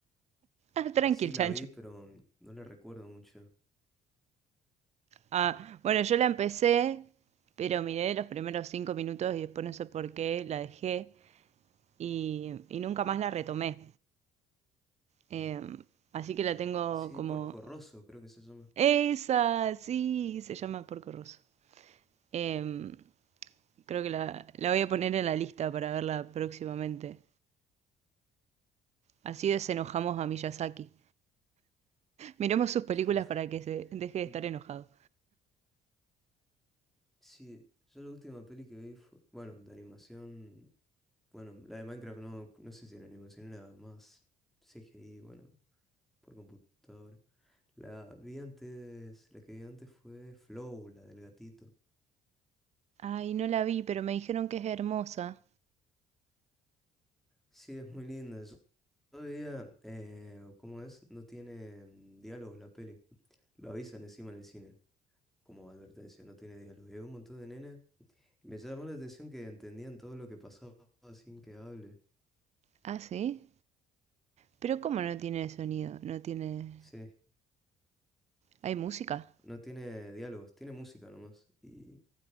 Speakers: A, on the right; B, in the centre.
A: Ah, tranqui
B: Sí,
A: el
B: la
A: chancho.
B: vi, pero no la recuerdo mucho.
A: Ah, bueno, yo la empecé, pero miré los primeros cinco minutos y después no sé por qué la dejé y, y nunca más la retomé. Eh, así que la tengo
B: Sí,
A: como...
B: Porco Rosso, creo que se llama.
A: Esa, sí, se llama Porco Rosso. Em, creo que la, la voy a poner en la lista para verla próximamente. Así desenojamos a Miyazaki. Miremos sus películas
B: <laughs>
A: para que se deje de
B: Mm,
A: estar enojado.
B: Sí, yo la última peli que vi fue, bueno, de animación, bueno, la de Minecraft no, no sé si era animación, era más CGI, bueno, por computadora. La vi antes, la que vi antes fue Flow, la del gatito.
A: Ay, no la vi, pero me dijeron que es hermosa.
B: Sí, es muy linda. Yo todavía, eh, ¿cómo es? No tiene mm, diálogos la peli. Lo avisan encima en el cine, como advertencia, no tiene diálogo. Y hay un montón de nenas. y Me llamó la atención que entendían todo lo que pasaba sin que hable.
A: ¿Ah, sí? Pero ¿cómo no tiene sonido? No tiene...
B: Sí,
A: Hay música.
B: no tiene diálogos, tiene música nomás. Y